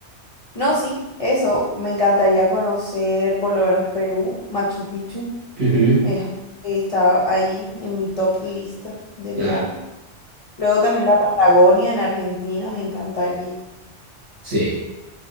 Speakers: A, on the left; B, on the right.
A: No, sí, eso, me encantaría conocer por lo menos Perú, Machu Picchu,
B: Ujú.
A: me deja- está ahí en mi top lista de viajes.
B: Claro.
A: Luego también la Patagonia en Argentina, me encantaría.
B: Sí,